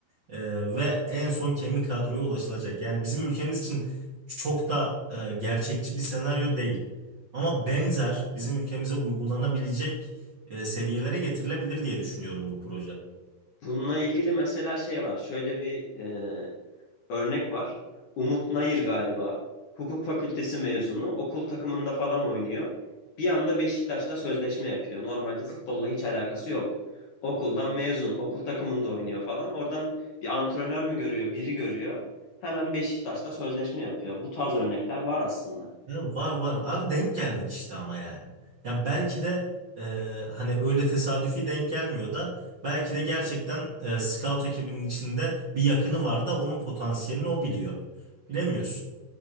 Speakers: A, on the right; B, on the left.
A: Ee, ve en son kemik kadroya ulaşılacak. Yani bizim ülkemiz için çok da e, gerçekçi bir senaryo değil. Ama benzer bizim ülkemize uygulanabilecek e, seviyelere getirilebilir diye düşünüyorum bu proje.
B: Bununla ilgili mesela şey var. Şöyle bir e, örnek var. Umut Nayır galiba. Hukuk fakültesi mezunu. Okul takımında falan oynuyor. Bir anda Beşiktaş'la sözleşme yapıyor. Normalde futbolla hiç alakası yok. Okuldan mezun, okul takımında oynuyor falan. Oradan bir antrenör mü görüyor, biri görüyor. Hemen Beşiktaş'la sözleşme yapıyor. Bu tarz örnekler var aslında.
A: Ya var var. Abi denk gelmek işte ama yani. Ya belki de e, hani öyle tesadüfi denk gelmiyor da belki de gerçekten e, scout ekibinin içinde bir yakını var da onun potansiyelini o biliyor. Bilemiyorsun.